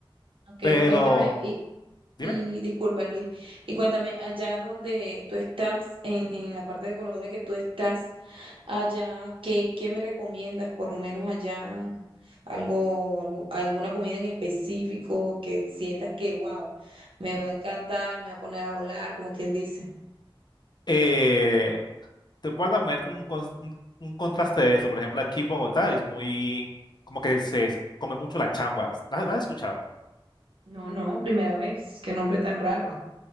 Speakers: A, on the right; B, on the left.
A: Ok,
B: Pero,
A: cuéntame.
B: dime,
A: Y disculpa, Luis. Y cuéntame, allá donde tú estás, en, en la parte de Colombia que tú estás, allá, ¿qué, qué me recomiendas? Por lo menos allá, algo, algo- alguna comida en específico que sientas que, wow, me va a encantar, me va a poner a volar, como quien dice.
B: eh, te puedo también como un, cons- un- un contraste de eso. Por ejemplo, aquí en Bogotá es muy, como que se come mucho la changua. ¿La, la has escuchado?
A: No, no, primera vez, qué nombre tan raro.